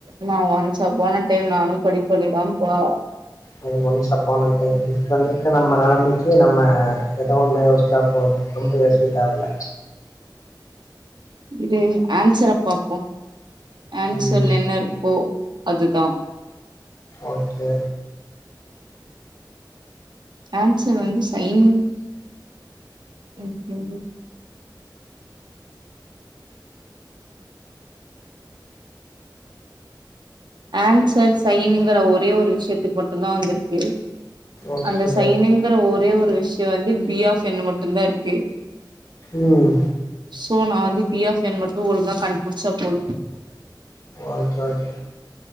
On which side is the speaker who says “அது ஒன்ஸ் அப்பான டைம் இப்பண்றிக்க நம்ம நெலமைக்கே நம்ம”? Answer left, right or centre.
Left